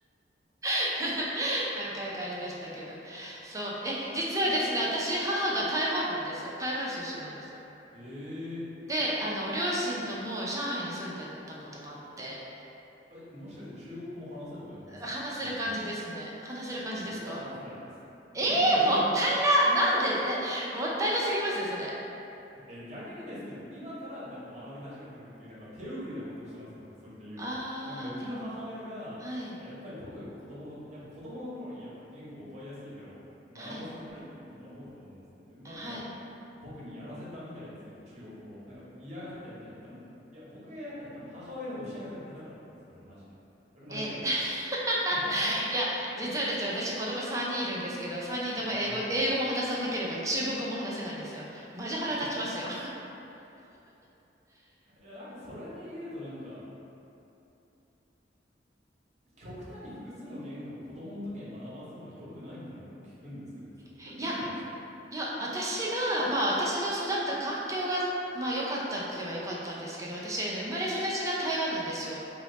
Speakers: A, on the right (about 20°); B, on the right (about 40°).
A: <laughs> 何回かありましたけど。そう。え、実はですね、私、母が台湾なんですよ。台湾出身なんですよ。
B: あ、ええ
A: で、あの、両親とも上海に住んでたこともあって、
B: え、もしかして中国語も話せる感じですかそしたら。
A: 話せる感じですね。話せる感じですか
B: 僕は話せないです。
A: ええー、
B: <laughs>
A: もったいな。なんで、え、もったいなすぎますよ、それ。
B: え、逆にですけど、今からなんか学び始めてるっていう、なんか手遅れなことしてますよ、僕、それで言うと。
A: あ
B: なんか、うちの母親が、
A: はい、
B: やっぱり僕が子供の頃、やっぱ子供の頃にやっぱ言語を覚えやすいから学ばせたいってみんな思うと思うんですけど、
A: はい、
B: でまあ、
A: はい。
B: やっぱ僕にやらせたみたいですけど、中国語を、なんか嫌がったみたいで、多分、いや、僕が嫌がったんで、多分母親の教え方が下手かったんです、これ、マジで。これ、間違いないです。
A: え、<laughs>
B: <laughs> は
A: いや、実はですね、私子供3人いるんですけど、3人とも英語、
B: いはい。
A: 英語も話さなければ中国語も話せないんですよ。マジ腹立ちますよ。
B: <laughs> いや、なんかそれで言うとなんか、極端に複数の言語を子供の時に学ばせるのは良くないみたいなのも僕聞くんですけど、そこってどうなんですか
A: <laughs> いや、いや、私が、まあ私の育った環境が、まあ良かったって言えば良かったんですけど、私、あの生まれ育ちが台湾なんですよ。